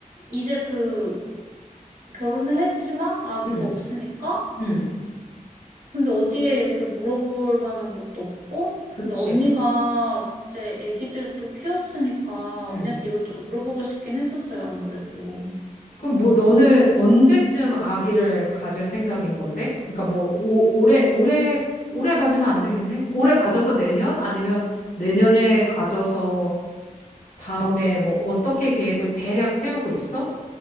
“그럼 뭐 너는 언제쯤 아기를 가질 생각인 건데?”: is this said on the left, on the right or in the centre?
Left